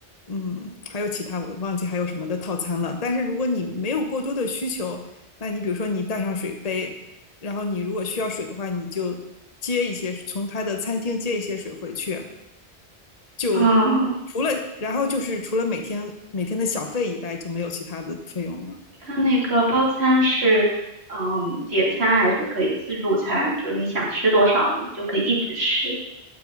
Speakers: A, on the left; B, on the right.
A: 嗯，还有其他我忘记还有什么的套餐了。但是如果你没有过多的需求，那你比如说你带上水杯，然后你如果需要水的话，你就接一些从他的餐厅接一些水回去。就除了然后就是除了每天每天的小费以外，
B: 啊。
A: 就没有其他的费用了。
B: 它那个包餐是，嗯，点餐还是可以自助餐，就是你想吃多少，你就可以一直吃。